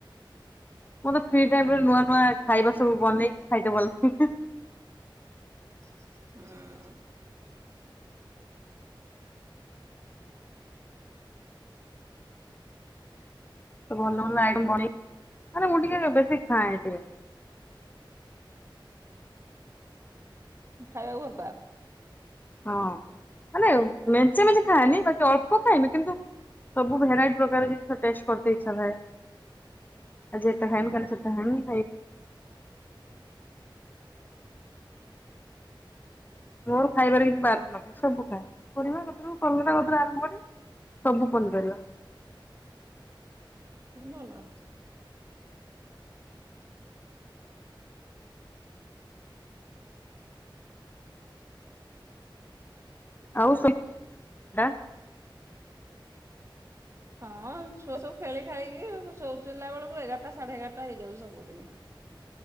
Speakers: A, on the left (about 20°); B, on the right (about 35°).
A: ମତେ ଫ୍ରି ଟାଇମରେ ନୂଆ ନୂଆ ଖାଇବା ସବୁ ବନେଇ ଖାଇଦେ ଭଲ ଲାଗେ।
B: ହୁଁ।
A: ଭଲ ଭଲ ଆଇଟମ ବନେଇକି ମାନେ ମୁଁ ଟିକେ ବେଶୀ ଖାଏ ଟିକେ।
B: ଖାଇବାକୁ ଭଲ ପାଅ?
A: ହଁ ମାନେ ମେଞ୍ଚେ ମେଞ୍ଚେ ଖାଏନି ବାକି ଅଳ୍ପ ଖାଇମି କିନ୍ତୁ ସବୁ ଭେରାଇଟି ପ୍ରକାର ଜିନିଷ ଟେଷ୍ଟ କରିତେ ଇଛାଥାଏ। ଆଜି ଏତା ଖାଇମି କାଲି ସେତା ଖାଇମି ମୋର ଖାଇବାରେ କିଛି ବାରଣ ନଥାଏ ସବୁ କରିବା ସେଥିରୁ କଲରା କତିରୁ ଆରମ୍ଭ କରି ସବୁ ପନିପରିବା।
B: ହୁଁ ଭଲ।
A: ଆଉ <unintelligible>
B: ହଁ ଛୁଆ ସବୁ ଖେଳି ଖାଳିକି ସୋଇଲା ବେଳକୁ ଏଗାରଟା ସାଢେ ଏଗାରଟା ହେଇଯାଉଛି ସବୁଦିନି।